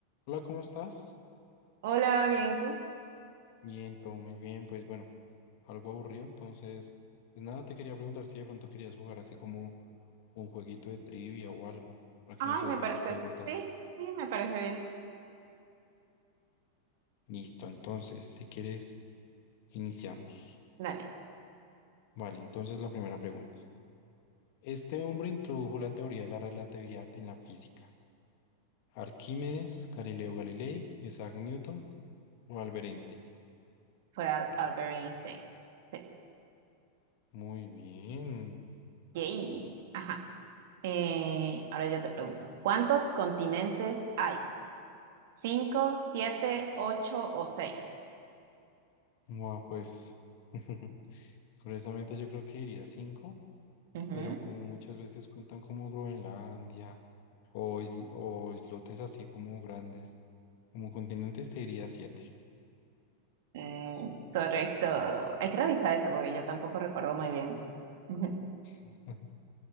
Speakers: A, on the left (about 45°); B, on the right (about 50°).
A: Hola, ¿cómo estás?
B: Hola, bien, ¿y tú?
A: Bien, todo muy bien. Pues bueno, algo aburrido, entonces, pues nada, te quería preguntar si de pronto querías jugar así como un jueguito de trivia o algo, para
B: Ay,
A: que nos hagamos
B: me parece,
A: preguntas.
B: sí, sí, me parece bien.
A: Listo, entonces, si quieres, iniciamos.
B: Dale,
A: Vale, entonces la primera pregunta. Este hombre introdujo la teoría de la relatividad en la física. Arquímedes, Galileo Galilei, Isaac Newton o Albert Einstein.
B: fue Al- Albert Einstein. Sí.
A: Muy bien.
B: Yay. Ajá. Eh, ahora yo te pregunto, ¿cuántos continentes hay? ¿Cinco, siete, ocho o seis?
A: Bueno, pues, <laughs> curiosamente yo creo que iría cinco.
B: Ujú.
A: pero como muchas veces cuentan como Groenlandia o, isl- o islotes así como grandes, como continentes te diría siete.
B: Mm, correcto. Hay que revisar eso porque yo tampoco recuerdo muy bien. Ujú.
A: <laughs>